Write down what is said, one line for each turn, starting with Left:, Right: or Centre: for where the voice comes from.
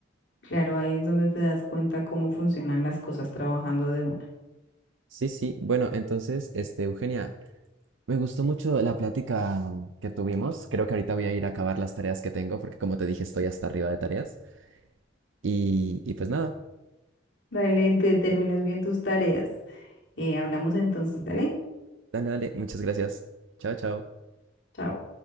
Left: Claro, ahí es donde te das cuenta cómo funcionan las cosas trabajando de una.
Right: Sí, sí. Bueno, entonces, este, Eugenia, me gustó mucho la plática mm, que tuvimos. Creo que ahorita voy a ir a acabar las tareas que tengo porque como te dije, estoy hasta arriba de tareas. Y, y pues nada,
Left: Dale, te termines bien tus tareas. Eh, hablamos entonces, dale,
Right: dale, dale. Muchas gracias. Chao, chao.
Left: chao.